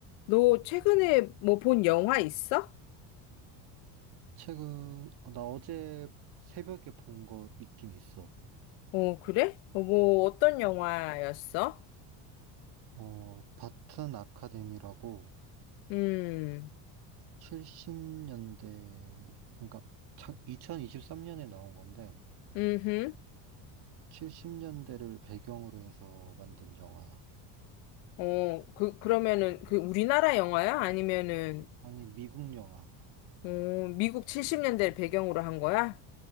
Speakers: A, on the left; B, on the right.
A: 너 최근에 뭐 본 영화 있어?
B: 책은 어, 나 어제 새벽에 본 거 있긴 있어.
A: 어, 그래? 어, 뭐 어떤 영화였어?
B: 어, 바튼 아카데미라고
A: 음,
B: 70년대, 그러니까 2023년에 나온 건데
A: 음흠.
B: 70년대를 배경으로 해서 만든 영화야.
A: 어, 그, 그러면은 그 우리나라 영화야? 아니면은,
B: 아니, 미국 영화.
A: 어, 미국 70년대를 배경으로 한 거야?